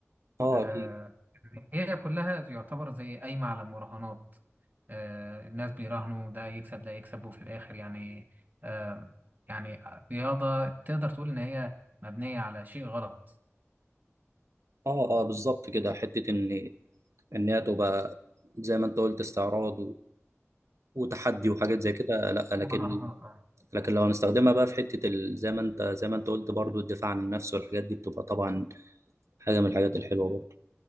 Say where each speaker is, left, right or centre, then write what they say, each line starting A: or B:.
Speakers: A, on the right; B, on the right.
A: اه
B: آه،
A: اكيد
B: هي كلها يعتبر زي قايمة على المراهنات آه، الناس بيراهنوا ده يكسب ده يكسب وفي الآخر يعني آه، يعني رياضة تقدر تقول إن هي مبنية على شيء غلط
A: اه اه بالظبط كده حته ان ان هي تبقى زي ما انت قلت استعراض وتحدي وحاجات زي كده لا لكن
B: مراهنات
A: لكن لو هنستخدمها بقى في حتة ال... زي ما انت زي ما انت قلت برضو الدفاع عن النفس والحاجات دي بتبقى طبعا حاجة من الحاجات الحلوة برضو